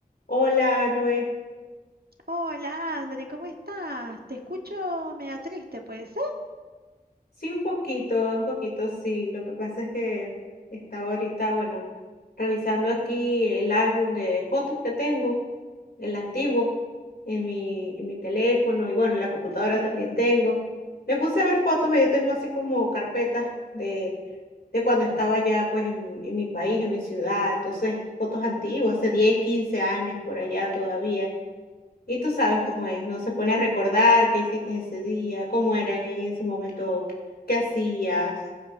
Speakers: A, on the left (about 80°); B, on the right (about 80°).
A: Hola, Noé.
B: Hola, André, ¿cómo estás? Te escucho media triste, ¿puede ser?
A: Sí, un poquito, un poquito, sí. Lo que pasa es que estaba ahorita, bueno, revisando aquí el álbum de fotos que tengo, el antiguo, en mi, en mi teléfono y bueno, en la computadora
B: Sí,
A: también tengo. Me puse a ver fotos, yo tengo así como carpetas de, de cuando estaba ya pues en, mi- en mi país, en mi ciudad. Entonces, fotos antiguas, hace 10, 15 años por allá todavía. Y tú sabes cómo
B: sí.
A: es, no se pone a recordar qué hiciste ese día, cómo era en ese momento, qué hacías,